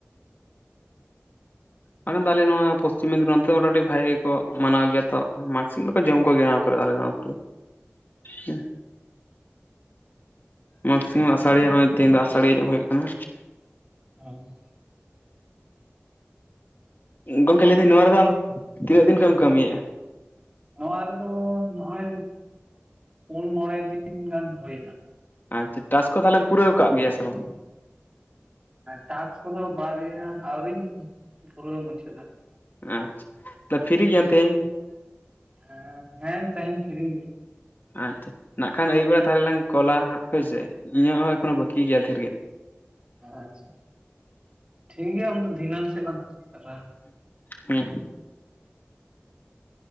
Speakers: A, on the left; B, on the right.
A: ᱵᱟᱝᱠᱷᱟᱱ ᱫᱚ ᱟᱞᱮ ᱱᱚᱶᱟ ᱯᱚᱥᱪᱤᱢ ᱢᱮᱫᱱᱤ ᱱᱚᱛᱮ ᱫᱚ ᱢᱚᱴᱟᱢᱚᱴᱤ ᱵᱷᱟᱜᱮ ᱜᱮᱠᱚ ᱢᱟᱱᱟᱣ ᱜᱮᱭᱟ ᱛᱚ ᱢᱟᱹᱜ ᱥᱤᱢ ᱫᱚ ᱠᱚ ᱡᱚᱢ ᱠᱚ ᱜᱮᱭᱟ ᱱᱚᱶᱟ ᱠᱚᱨᱮ ᱟᱞᱮ ᱱᱚᱶᱟ ᱠᱳᱨᱮ ᱫᱚ ᱦᱮᱸ ᱢᱟᱜᱽ ᱥᱤᱢ ᱦᱚᱸ ᱟᱥᱟᱲᱤᱭᱟ ᱦᱚᱸ ᱱᱚᱜ-ᱚᱭ ᱛᱤᱦᱤᱧ ᱫᱚ ᱟᱥᱟᱲᱤᱭᱟᱹ ᱡᱚᱢ ᱦᱩᱭᱩᱜ ᱠᱟᱱᱟ
B: ᱦᱮᱸ
A: ᱜᱚᱝᱠᱮ ᱞᱟᱹᱭᱫᱟᱹᱧ
B: ᱟᱫᱚ
A: ᱱᱚᱶᱟ ᱨᱮ ᱫᱚ ᱟᱢ ᱛᱤᱱᱟᱹᱜ ᱫᱤᱱ ᱠᱷᱚᱡ ᱮᱢ ᱠᱟᱹᱢᱤᱭᱮᱫᱼᱟ
B: ᱱᱚᱶᱟ ᱨᱮ ᱫᱚ ᱱᱚᱜᱼᱚᱭ ᱯᱩᱱ ᱢᱚᱬᱮ ᱫᱤᱱ ᱜᱟᱱ ᱦᱩᱭ ᱮᱱᱟ
A: ᱟᱪᱪᱷᱟ ᱴᱟᱥᱠ ᱠᱚ ᱛᱟᱦᱚᱞᱮᱢ ᱯᱩᱨᱟᱹᱣ ᱟᱠᱟᱜ ᱜᱮᱭᱟ ᱥᱮ ᱵᱟᱝ
B: ᱴᱟᱠᱥ ᱠᱚ ᱫᱚ ᱵᱟᱨᱭᱟ ᱟᱹᱣᱨᱤᱧ ᱯᱩᱨᱟᱹᱣ ᱢᱩᱪᱟᱹᱫᱟ
A: ᱟᱪᱪᱷᱟ ᱯᱷᱤᱨᱤ ᱜᱮᱭᱟᱱ ᱛᱮᱦᱮᱧ
B: ᱦᱮᱸ ᱦᱮᱸ ᱛᱤᱦᱤᱧ ᱯᱷᱤᱨᱤ ᱜᱮᱭᱟᱹ
A: ᱟᱪᱪᱷᱟ ᱱᱟᱜ ᱠᱷᱟᱱ ᱟᱹᱭᱩᱵ ᱵᱮᱲᱟ ᱛᱟᱦᱚᱞᱮ ᱞᱟᱝ ᱠᱚᱞ-ᱟ ᱦᱳᱭᱥᱮ ᱤᱧᱟᱹᱜ ᱦᱚᱸ ᱮᱠᱷᱚᱱᱳ ᱵᱟᱹᱠᱤ ᱜᱮᱭᱟ ᱫᱷᱮᱨ ᱜᱮ
B: ᱟᱪᱪᱷᱟ ᱴᱷᱤᱠ ᱜᱮᱭᱟ ᱩᱱᱫᱚ ᱫᱷᱤᱱᱟᱹᱱ ᱥᱮᱫ ᱞᱟᱝ <unintelligible>
A: ᱦᱮᱸ